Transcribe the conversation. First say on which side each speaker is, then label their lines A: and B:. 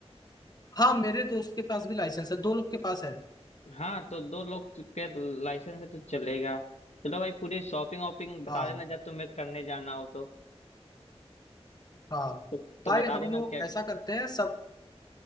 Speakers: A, on the left; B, on the left.
A: हाँ मेरे दोस्त के पास भी लाइसेंस है दो लोग के पास है
B: हाँ तो दो लोग के लाइसेंस है तो चलेगा चलो भाई पूरी शॉपिंग वॉपिंग बता
A: हाँ
B: देना जब तुम्हें करने जाना हो तो
A: हाँ
B: तो, तो
A: भाई
B: बता
A: हम
B: देना
A: लोग
B: क्या
A: ऐसा करते हैं सब